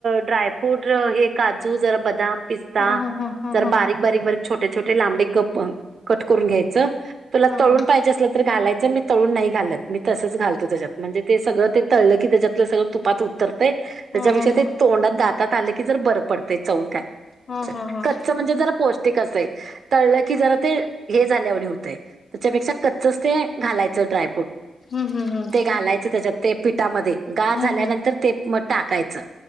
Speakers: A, on the right; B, on the left.
A: ड्रायफ्रूट हे काजू जरा बदाम- पिस्ता
B: हम्म हम्म हम्म
A: जरा
B: हम्म
A: बारीक बारीक बारीक छोटे छोटे लांबडे कप कट करून घ्यायचं- तुला
B: हम्म
A: तळून
B: हम्म
A: पाहिजे असलं तर घालायचं. मी तळून नाही घालत. मी तसच घालतो त्याच्यात म्हणजे ते सगळं ते- तळल की त्याच्यातल सगळ तुपात- उतरतय. त्याच्यापेक्षा
B: हम्म हम्म
A: ते तोंडात दातात आलं कि जरा बरं पडतंय चौन खायाय.
B: हा हा हा
A: कच्च म्हणजे जरा पौष्टिक असतय. तळलं की जरा ते हे झाल्यावाणी होतंय. त्याच्यापेक्षा कच्चच ते घालायचं ड्रायफ्रूट.
B: हम्म हम्म हम्म
A: ते घालायचं त्याच्यात ते पिठामध्ये. गार
B: हम्म
A: झाल्यानंतर ते- टाकायचं